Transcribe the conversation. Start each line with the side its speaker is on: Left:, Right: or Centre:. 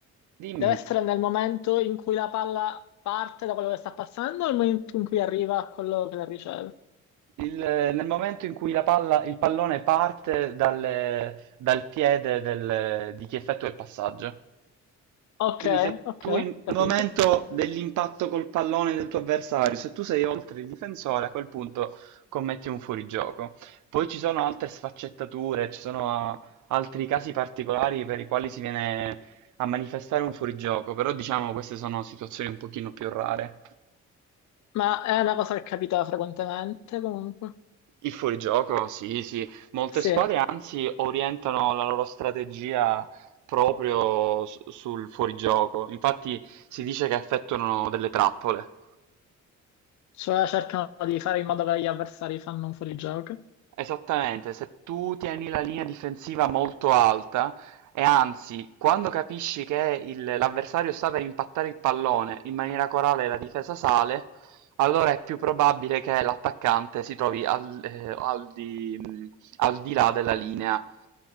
Right: dimmi,
Left: deve essere nel momento in cui la palla parte da quello che sta passando o nel momento in cui arriva a quello che la riceve?
Right: il- nel momento in cui la palla, il pallone parte dal, dal piede del- di chi effettua il passaggio,
Left: Ok,
Right: Quindi se
Left: ok,
Right: tu in-
Left: capito.
Right: al momento dell'impatto col pallone del tuo avversario, se tu sei oltre il difensore, a quel punto commetti un fuorigioco. Poi ci sono altre sfaccettature, ci sono ah, altri casi particolari per i quali si viene a manifestare un fuorigioco, però diciamo queste sono situazioni un pochino più rare.
Left: Ma è una cosa che capita frequentemente comunque.
Right: Il fuorigioco, sì, sì. Molte
Left: Sì,
Right: squadre anzi orientano la loro strategia proprio su- sul fuorigioco. Infatti si dice che effettuano delle trappole.
Left: cioè cercano di fare in modo che gli avversari fanno un fuorigioco.
Right: Esattamente, se tu tieni la linea difensiva molto alta e anzi, quando capisci che il- l'avversario sta per impattare il pallone, in maniera corale e la difesa sale, allora è più probabile che l'attaccante si trovi al, eh, al di, mm, al di là della linea